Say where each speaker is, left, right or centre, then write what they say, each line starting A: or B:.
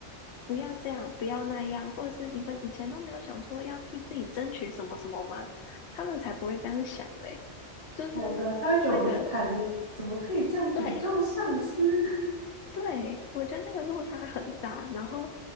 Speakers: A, on the left; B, on the left.
A: 不要这样，不要那样，或者是你们以前都没有想说要替自己争取什么什么吗？他们才不会这样想嘞，就是
B: 好的，他会觉得我们很叛逆，
A: 那个
B: 怎么可以这样顶撞上司？
A: 对，
B: <laughs>
A: 对，我觉得那个落差很大，然后